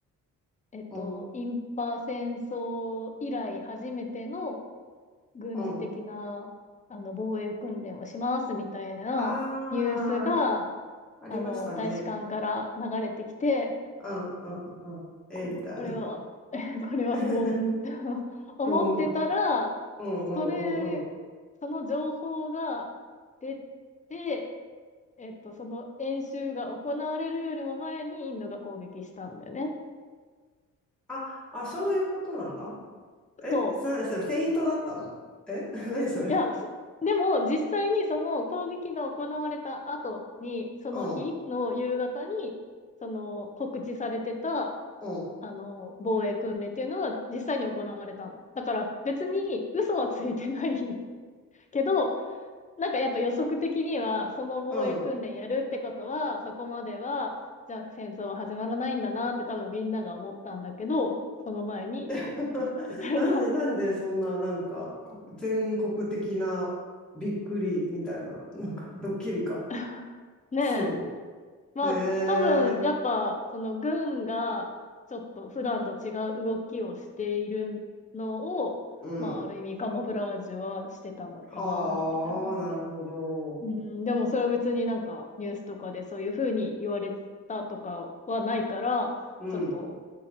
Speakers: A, on the left (about 20°); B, in the centre.
A: えっと、
B: うん
A: インパ戦争以来初めての軍事的な、
B: うん。
A: あの、防衛訓練をしますみたいなニュースが、
B: ああ、ありましたね。
A: あの、大使館から流れてきて、
B: うんうんうん。え、
A: こ、
B: みたいな。
A: これは、<laughs> これは不穏って
B: <laughs>
A: <laughs> 思ってたら、
B: 不穏。うんうんうんうん。
A: それ、その情報が出て、えっと、その演習が行われるよりも前にインドが攻撃したんだよね。
B: あ、あ、そういうことなんだ。え、
A: そう。
B: それ、それ、フェイントだったのえ <laughs> 何それ
A: いや、そでも実際にその攻撃が行われた後に、その日の夕方に、
B: うん、
A: その告知されてた、
B: うん、
A: あの、防衛訓練っていうのは実際に行われたの。だから別に嘘はついてない <laughs> けど、なんかやっぱ予測的には、その防衛訓練やるってことは、
B: うん。
A: そこまでは、じゃあ戦争は始まらないんだなって多分みんなが思ったんだけど、その前に攻撃したみたいな。
B: <laughs> なんで、なんでそんな、なんか、こ全国的なびっくりみたいな、なんか、ドッキリか、
A: <laughs> ねえ。
B: すんの
A: まあ、
B: へ
A: 多分、
B: え、
A: やっぱ、その軍が、ちょっと普段と違う動きをしているのを、
B: うん。
A: まあ、ある意味カモフラージュはしてたのかな、
B: はあ、
A: みたいな。
B: なるほど。
A: うん、でもそれは別になんかニュースとかでそういうふうに言われたとかはないから、
B: うん。
A: ちょっと